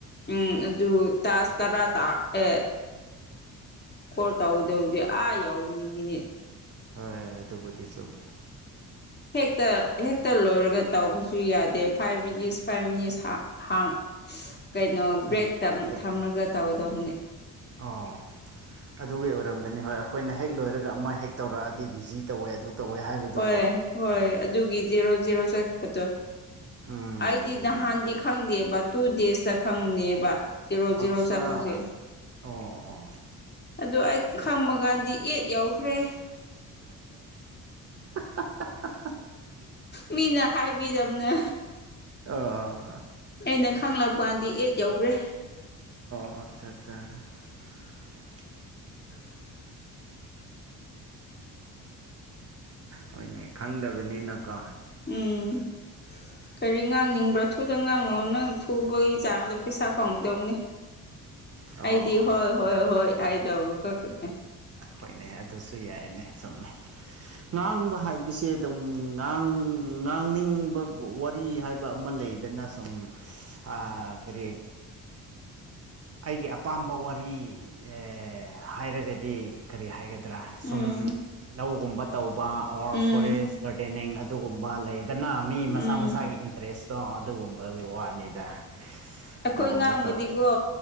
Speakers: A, on the left; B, on the right.
A: ꯎꯝ ꯑꯗꯨ ꯇꯥꯁ ꯇꯔꯥ ꯇ ꯑꯦ ꯀꯜ ꯇꯧꯑꯣꯏꯗꯧꯗꯤ ꯑꯥ ꯌꯥꯎꯅꯤ ꯃꯤꯅꯤꯠ
B: ꯑꯍ ꯑꯗꯨꯕꯨꯗꯤ ꯆꯨꯝꯃꯦ
A: ꯍꯦꯛꯇ ꯍꯦꯛꯇ ꯂꯣꯏꯔꯒ ꯗꯎꯕꯤꯁꯨꯨꯏꯌꯥ ꯗꯦ ꯐꯥꯏꯚ ꯃꯤꯅꯤꯠꯁ ꯐꯥꯏꯚ ꯃꯤꯅꯤꯠꯁ ꯍꯥꯡ ꯀꯩꯅꯣ
B: ꯎꯝ
A: ꯕ꯭ꯔꯦꯛ ꯊꯝꯂꯒ ꯇꯧꯗꯕꯅꯦ
B: ꯑꯣ ꯑꯗꯨꯒꯤ ꯑꯣꯏꯔꯝꯒꯅꯤ ꯍꯣꯏ ꯑꯩꯈꯣꯏꯅ ꯍꯦꯛ ꯂꯣꯏꯔꯒ ꯑꯃ ꯍꯦꯛ ꯇꯧꯔꯛꯑꯗꯤ ꯕꯤꯖꯤ ꯇꯧꯋꯦ ꯑꯗꯨ ꯇꯧꯋꯦ ꯍꯥꯏꯕꯗꯨꯀꯣ
A: ꯍꯣꯏ ꯍꯣꯏ ꯑꯗꯨꯒꯤ ꯖꯦꯔꯣ ꯖꯦꯔꯣ ꯆꯠꯄꯗꯣ
B: ꯎꯝ
A: ꯑꯩꯗꯤ ꯅꯍꯥꯟꯗꯤ ꯈꯪꯗꯦꯕ ꯇꯨ ꯗꯦꯖꯇ ꯈꯪꯕꯅꯦꯕ ꯖꯤꯔꯣ ꯖꯤꯔꯣ
B: ꯑꯠꯆꯥ
A: ꯆꯠꯄꯁꯦ
B: ꯑꯣ ꯑꯣ
A: ꯑꯗꯨ ꯑꯩ ꯈꯪꯃ ꯀꯥꯟꯗꯤ ꯑꯦꯠ ꯌꯥꯎꯈ꯭ꯔꯦ
B: <unintelligible>
A: ꯃꯤꯅ ꯍꯥꯏꯕꯤꯗꯝꯅꯦ
B: ꯑꯣ
A: ꯑꯩꯅ ꯈꯪꯂꯛꯄꯀꯥꯟꯗꯤ ꯑꯦꯠ ꯌꯧꯒ꯭ꯔꯦ
B: <inaudible>
A: <unintelligible>
B: ꯍꯣꯏꯅꯦ ꯈꯪꯗꯕꯅꯤꯅꯀꯣ
A: ꯎꯝ ꯀꯔꯤ ꯉꯥꯡꯅꯤꯡꯕ꯭ꯔꯥ ꯊꯨꯅ ꯉꯥꯡꯉꯛꯉꯣ ꯅꯪ ꯊꯨꯕꯩ ꯆꯥꯡꯗꯨ ꯄꯩꯁꯥ ꯐꯪꯗꯧꯅꯤ
B: ꯑꯣ
A: ꯑꯩꯗꯤ ꯍꯣꯏ ꯍꯣꯏ ꯍꯣꯏ ꯍꯥꯏꯗꯧꯕ ꯈꯛꯇꯅꯦ
B: ꯍꯣꯏꯅꯦ ꯑꯗꯨꯁꯨ ꯌꯥꯏꯌꯦꯅꯦ ꯆꯨꯝꯃꯦ ꯉꯥꯡꯕ ꯍꯥꯏꯕꯁꯦ ꯑꯗꯨꯝ ꯉꯥꯡ ꯉꯥꯡꯅꯤꯡꯕꯕꯨ ꯋꯥꯔꯤ ꯍꯥꯏꯕ ꯑꯃ ꯂꯩꯗꯅ ꯁꯨꯝ ꯑꯁ ꯑ ꯀꯔꯤ ꯑꯩꯒꯤ ꯑꯄꯥꯝꯕ ꯋꯥꯔꯤ ꯑꯦ ꯍꯥꯏꯔꯒꯗꯤ ꯀꯔꯤ ꯍꯥꯏꯒ ꯗ꯭ꯔꯥ ꯁꯨꯝ
A: ꯎꯝ
B: ꯂꯧꯒꯨꯝꯕ ꯇꯧꯕ ꯑꯣꯔ
A: ꯎꯝ
B: ꯐꯣꯔꯦꯁ ꯒꯥꯔꯗꯦꯅꯤꯡ ꯑꯗꯨꯒꯨꯝꯕ ꯂꯩ ꯗꯅ ꯃꯤ
A: ꯎꯝ
B: ꯃꯁꯥ ꯃꯁꯥꯒꯤ ꯏꯟꯇ꯭ꯔꯦꯁꯇꯣ ꯑꯗꯨꯒꯨꯝꯕꯒꯤ ꯋꯥꯅꯤꯗ
A: ꯑꯩꯈꯣꯏ
B: ꯑꯗꯨꯒꯨꯝꯕ
A: ꯉꯥꯡꯕꯗꯤꯀꯣ
B: ꯇꯧꯔꯒ